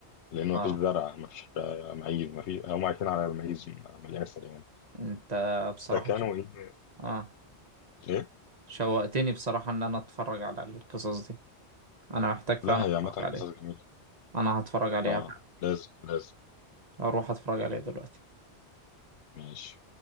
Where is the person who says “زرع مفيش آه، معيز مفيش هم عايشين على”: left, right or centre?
Left